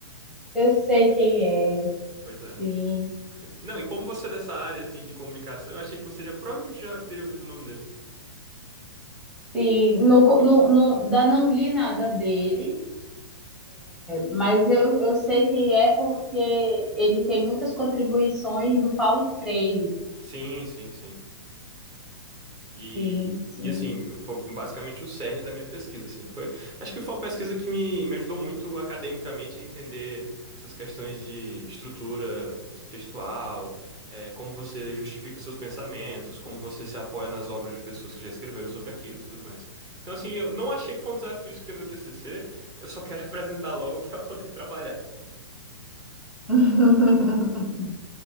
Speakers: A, in the centre; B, on the right (about 30°).
A: eu sei quem é,
B: Pois é.
A: sim.
B: Não, e como você é dessa área assim de comunicação, eu achei que você já provavelmente já teria ouvido o nome dele.
A: Sim, não, co- não, não, da, não li nada dele. Mas eu, eu sei quem é porque ele tem muitas contribuições do Paulo Freire.
B: Sim, sim, sim. E,
A: Sim, sim.
B: e assim, foi basicamente o cerne da minha pesquisa, assim. Foi, acho que foi uma pesquisa que me, me ajudou muito academicamente a entender essas questões de estrutura, de textual, eh, como você justifica seus pensamentos, como você se apoia nas obras de pessoas que já escreveram sobre aquilo e tudo mais. Então, assim, eu não achei que foi um desafio escrever o TCC, eu só quero <laughs> apresentar logo para poder trabalhar.
A: <laughs>